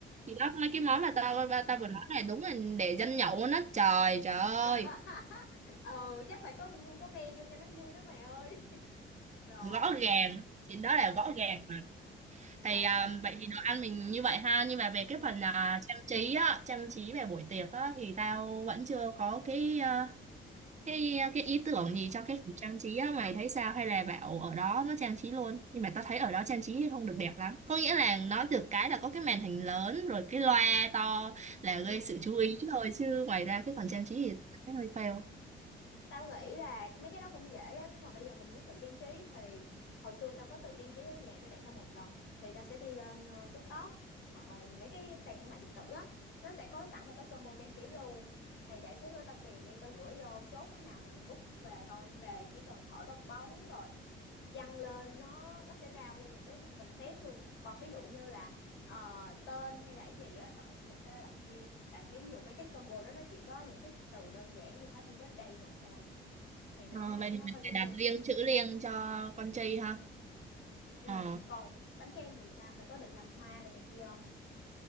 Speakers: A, on the right; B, on the left.
A: thì đó mấy cái món mà tao ba tao vừa nói này đúng là để dân nhậu nó trời trời ơi
B: <laughs> ừ chắc phải có có men vô cho nó vui đó mày ơi rồi
A: rõ ràng chuyện đó là rõ ràng mà thì
B: ừ
A: à, vậy thì đồ ăn mình như vậy ha nhưng mà về cái
B: ừ
A: phần à, trang trí á trang trí về buổi tiệc á thì tao vẫn chưa có cái à, cái ờ, cái ý tưởng
B: ừ
A: gì cho cái phần trang trí á mày thấy sao hay là bảo ở đó nó trang trí luôn nhưng mà tao thấy ở đó trang trí không được đẹp lắm có nghĩa là nói được cái là có cái màn hình lớn rồi cái loa to là gây
B: ừ
A: sự chú ý thôi chứ ngoài ra cái phần
B: ừ
A: trang trí thì thấy hơi fail
B: tao nghĩ là mấy cái đó cũng dễ á nếu mà bây giờ mình muốn tự trang trí thì hồi xưa tao có tự trang trí ở nhà cho bạn tao một lần thì tao sẽ đi lên ờ, TikTok hoặc là mấy cái sàn thương mại điện tử á nó sẽ có sẵn một cái combo trang trí luôn thì để xíu nữa tao tìm đi tao gửi vô chốt cái nào thì mình book về thôi về chỉ cần thổi bong bóng rồi dăng lên nó nó sẽ ra nguyên một cái concept luôn còn ví dụ như là ờ, tên hay là cái gì á tao nghĩ chắc phải đặt riêng tại ví dụ mấy cái combo đó nó chỉ có những cái từ đơn giản như happy birthday rồi thôi thì nó
A: ờ, vậy thì
B: nó
A: mình
B: hơi chung
A: phải đặt
B: chung
A: riêng chữ riêng cho con trai ha
B: ừ ừ
A: ờ
B: còn bánh kem thì sao mày có định làm hoa đồ này kia không